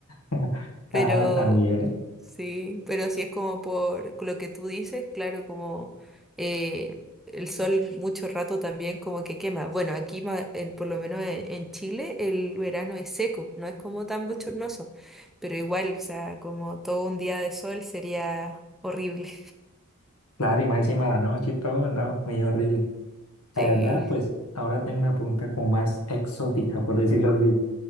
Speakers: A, on the left; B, in the centre.
A: <laughs>
B: Pero
A: Ah, también.
B: sí, pero si es como por lo que tú dices, claro, como eh, el sol mucho rato también como que quema. Bueno, aquí ma- en- por lo menos en, en Chile el verano es seco, no es como tan bochornoso, pero igual, o sea, como todo un día de sol sería horrible.
A: Claro, y más encima de la noche y todo, no, medio horrible. La
B: <laughs> Sí.
A: verdad, pues ahora tengo una pregunta como más exótica, por decirlo así.